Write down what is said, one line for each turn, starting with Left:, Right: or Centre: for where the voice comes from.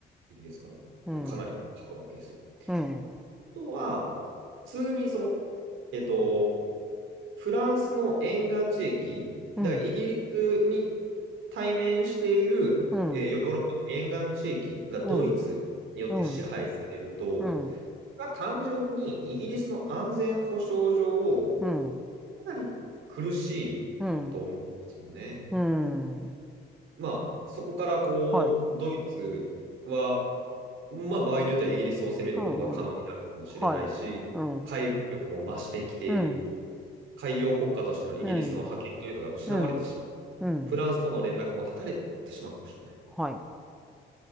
Right: 時期ですから、もうかなり過去なわけですよ。
Centre: うん。うん。
Right: あとは、普通にその、えっと、フランスの沿岸地域、
Centre: うん。
Right: だからイギリスに対面している、
Centre: うん。
Right: えーヨーロッパの沿岸地域がドイツによって支配されると、
Centre: うん。うん。うん。
Right: これは単純にイギリスの安全保障上、
Centre: うん。
Right: かなり苦しいと思うんですよね。
Centre: うん。うん。
Right: まあ、そこからこう、
Centre: はい。
Right: ドイツは、まあ、場合によってはイギリスを攻めることが可能になるかもしれないし、
Centre: うん。うん。はい。うん。
Right: 海軍力も増してきている、
Centre: うん。
Right: 海洋国家としてのイギリスの覇権というのが失われてしまう、
Centre: うん。うん。うん。
Right: フランスとの連絡も断たれてしまうかもしれない。
Centre: はい。